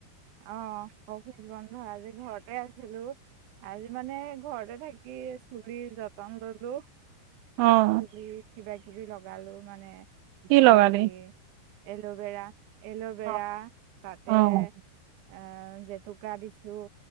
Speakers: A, on the right; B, on the right.
A: অ অফিচ বন্ধ আজি ঘৰতে আছিলো আজি মানে ঘৰতে থাকি চুলিৰ যতন ললো
B: অ',
A: চুলিত কিবা কিবি লগালো মানে
B: কি
A: হেৰি।
B: লগালি?
A: এল'ভেৰা, এল'ভেৰা
B: অ',
A: তাতে
B: অ',
A: আহ জেতুকা দিছোঁ